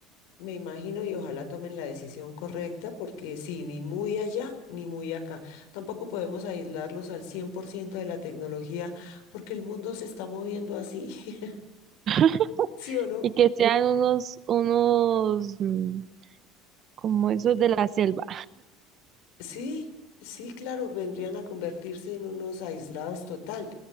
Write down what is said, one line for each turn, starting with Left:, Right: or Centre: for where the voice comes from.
Left: me imagino, y ojalá tomen la decisión correcta, porque sí, ni muy allá ni muy acá. Tampoco podemos aislarlos al 100% de la tecnología, porque el mundo se está moviendo así, <laughs>
Right: <laughs>
Left: ¿sí o no?
Right: Y que sean unos, unos mm, como esos de la selva.
Left: Sí, sí, claro, vendrían a convertirse en unos aislados total.